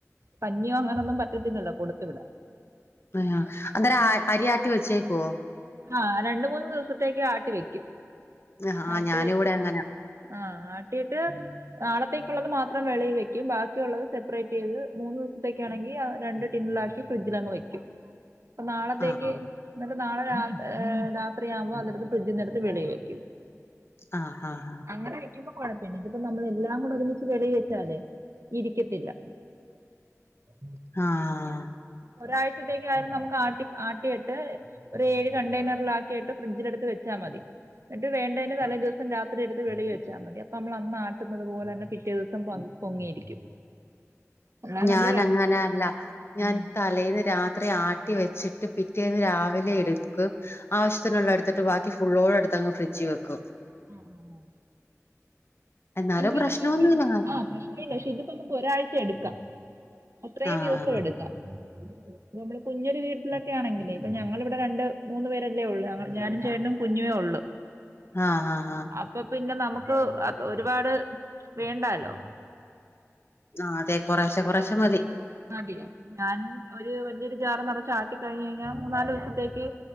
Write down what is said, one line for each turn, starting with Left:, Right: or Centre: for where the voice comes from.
Right: കഞ്ഞിയോ അങ്ങനെ ഒന്നും പറ്റത്തില്ലോ കൊടുത്തുവിട
Left: ആഹ് അന്തേരം അരിയാട്ടി വെച്ചേക്കുവോ
Right: ആഹ് രണ്ട മൂന്ന് ദിവസത്തേക്ക് ആട്ടി വെക്കും
Left: ആഹ്
Right: ആട്ടി
Left: ഞാനും
Right: വെച്ചിട്ട്
Left: കൂടെ അങ്ങനെ
Right: ആഹ് ആട്ടിട്ട് നാളത്തേക്കുള്ളത് മാത്രം വെളയിൽ വെക്കും ബാക്കിയുള്ളത് സെപ്പറേറ്റ് ചെയ്ത് മൂന്ന് ദിവസത്തേക്കാണെങ്കിൽ രണ്ട ണ്ട് ടിന്നിനാതാന്നാക്കി ഫ്രിഡ്ജിൽ അന്ന് വെക്കും ആഹ് നാളത്തേക്ക്
Left: ആഹ്
Right: നാളെ ഏഹ രാത്രിയാകുമ്പോൾ അടുത്ത് ഫ്രിഡ്ജിന്റെടുത്ത് വെളി വെക്കും
Left: ആഹ ആഹ ആഹ
Right: അങ്ങനെ വെക്കുമ്പോ കൊഴപ്പല്ല ഇതിപ്പോ നമ്മള എല്ലാം കൂടെ ഒരുമിച്ച് വെളി വെച്ചാലേ ഇരിക്കത്തില്ല <inaudible>
Left: ആഹ്
Right: ഒരാഴ്ചത്തേക്കായിരുന്നു നമുക്ക് ആട്ടി ആട്ടിട്ട് ഒരു ഏഴ് കണ്ടെയ്നറൽ ആക്കിയിട്ട് ഫ്രിഡ്ജില് എടുത്ത് വെച്ചാൽ മതി എന്നട്ട് വേണ്ടതിന് തലേ ദിവസം രാത്രി എടുത്ത് വെളി വച്ചാൽ മതി അപ്പൊ നമ്മൾ അന്നാട്ടുന്നത് പോലെന്നെ പിറ്റേ ദിവസം പൊങ്ങിയിരിക്കും അല്ലാതെ
Left: ഞാൻ
Right: നമ്മള് ര-
Left: അങ്ങനെ അല്ല ഞാൻ
Right: ഉം.
Left: തലേന്ന് രാത്രി ആട്ടി ട്ടി വെച്ചിട്ട് പിറ്റേന്ന് രാവിലെ എടുക്കും ആവശ്യത്തിനുള്ള എടുത്തിട്ട് ബാക്കി ഫുള്ളോടെ അടുത്ത് അങ് ഫ്രിഡ്ജ് വെക്കും
Right: ആഹ് ആഹ് ആഹ്
Left: എന്നാലും
Right: ഇങ്ങനൊന്ന
Left: പ്രശ്നമൊന്നുമില്ല
Right: ചെയ് ആഹ് പ്രശ്ന ഇല്ലക്ഷ് ഇത് ഇപ്പ നമുക്ക് ഒരാഴ്ച എടുക്കാം അത്രയും
Left: ആഹ്
Right: ദിവസം എടുക്കാം ഇപ്പ നമ്മള് കുഞ്ഞൊരു വീട്ടിലൊക്കെ ആണെങ്കേ ഇപ്പൊ ഞങ്ങളിവിടെ രണ്ട് മൂന്ന് പേരല്ലേ ഉള്ളൂ ഞാനും ചേട്ടനും കുഞ്ഞു ഉള്ളൂ <inaudible>
Left: ആഹ് ആഹ് ആഹ്
Right: അപ്പൊ പിന്നെ നമുക്ക് അത് ഒരുപാട് വേണ്ടാലോ
Left: ആഹ് അതെ കുറശെ കുറശെ മതി
Right: മതിയോ ഞാൻ ഒരു വലിയൊരു ജാർ നിറച്ചാട്ടി കഴിഞ്ഞ് കഴിഞ്ഞാൽ മൂന്നാല് ദിവസത്തേക്ക്